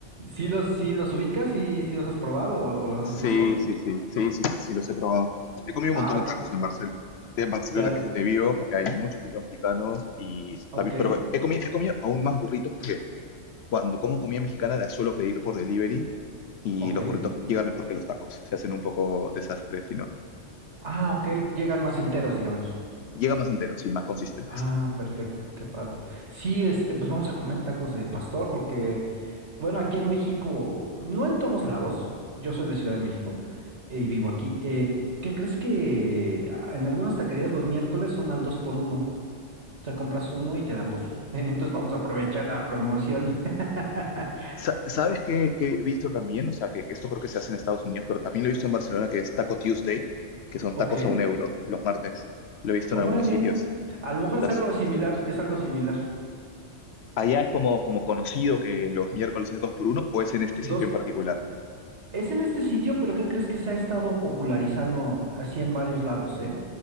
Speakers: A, on the right; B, on the left.
A: ¿sí los, sí los ubicas? y si los has probado o, o los has
B: Sí,
A: visto?
B: sí, sí, sí, sí, sí, sí, los he probado. He comido
A: Ah,
B: un montón de tacos en Barcelona, en Barcelona,
A: ta-
B: que es donde vivo, porque hay muchos sitios mexicanos y
A: ok,
B: también, pero he comido, he comido aún más burritos porque cuando como comida mexicana la suelo pedir por delivery y
A: ok.
B: los burritos llegan mejor que los tacos. Se hacen un poco desastres
A: Ah, ok, llegan más enteros, digamos.
B: llega más enteros y más consistentes.
A: Ah, perfecto, qué padre. Sí, este, pues vamos a comer tacos de pastor porque, bueno, aquí en México, no en todos lados, yo soy de Ciudad de México eh, y vivo aquí. eh, ¿qué crees que a- en algunas taquerías los miércoles son al dos por uno? O sea, compras uno y te dan dos. <laughs> Entonces vamos a aprovechar la promoción. <laughs>
B: Sa- ¿Sabes qué, qué he visto también? O sea, que esto creo que se hace en Estados Unidos, pero también lo he visto en Barcelona, que es Taco Tuesday, que son
A: Ok,
B: tacos a un euro los martes. Lo he visto
A: órale.
B: en algunos sitios.
A: A lo mejor
B: Estás-
A: es algo similar, es algo similar.
B: allá es como, como conocido que los miércoles es dos por uno, o es en este
A: Dos,
B: sitio en particular.
A: es en este sitio, pero ¿qué crees que se ha estado popularizando así en varios lados, eh?